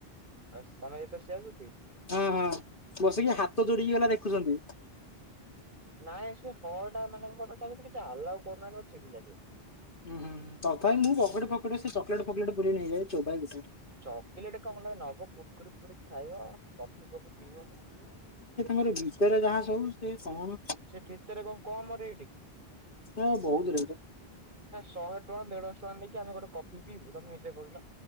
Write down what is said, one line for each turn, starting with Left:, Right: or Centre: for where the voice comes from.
Right: ଆ ତମେ ଯାଇଥିଲା ସିଆ ସୁତି?
Left: ହଁ ହଁ ବସିକି ହାତ ଯୋଡିକି ଗଲା ଦେଖୁଛନ୍ତି।
Right: ନାଇଁ ସେ ହଳ ଟା ମାନଙ୍କର ତା କିଛି ହାଲାଉ କରୁନାହାନ୍ତି ମୋର ଛିଡି ଲାଗେ।
Left: ହୁଁ ହଁ ତଥାପି ମୁଁ ପକଡେ
Right: ଏ
Left: ଫକଡେ ସେ ଚକଲେଟ ଫକୋଲେଟ ପୁର ନେଇଯାଏ ଚୋବାଇ ଗୋଟେ ଗୋଟେ
Right: ଚକୋଲେଟ କଣ ନବ କୁର୍କୁରି ଫୁରିୀ ଖାଇବ କଫି କଫି ପିଇବ ନା
Left: ମୋର ଭିତରେ ଯାହା ସବୁ ସେ କଣ?
Right: ସେ ଭିତରେ କଣ କମ ରେଟ କି
Left: ଏ ବହୁତ ରେଟ।
Right: ଶହେ ଙ୍କ ଦେଢଶହ ଟଙ୍କା ନେଇକ ଆମେ ଗୋଟେ କିଇୁ ତମେ ନିଜେ କହିଲ।